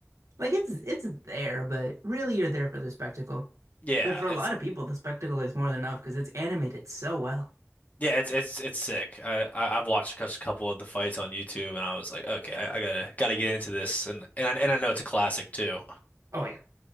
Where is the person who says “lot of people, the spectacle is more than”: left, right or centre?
Right